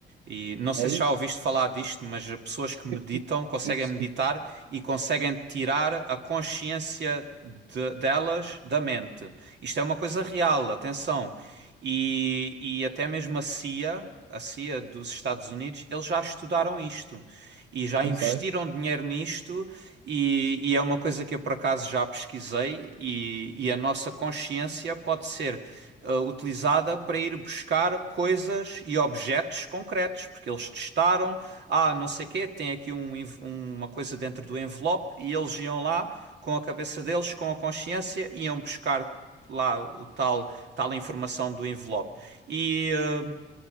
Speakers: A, on the right; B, on the right.
A: e não sei
B: É
A: se
B: isso?
A: já ouviste falar disto, mas pessoas que meditam,
B: é
A: conseguem
B: isso.
A: meditar
B: tu Sim,
A: e conseguem tirar a consciência de- delas da mente. Isto é uma coisa real, atenção. E, e até mesmo a CIA, a CIA dos Estados Unidos, eles já estudaram isto e já
B: Eu
A: investiram
B: sei.
A: dinheiro nisto, e, e é uma coisa que eu por acaso já pesquisei, e, e a nossa consciência pode ser ah, utilizada para ir buscar coisas e objetos concretos, porque eles testaram, ah, não sei quê, tem aqui um env- um, uma coisa dentro do envelope, e eles iam lá com a cabeça deles, com a consciência, iam buscar lá o tal, tal informação do envelope. E, eh,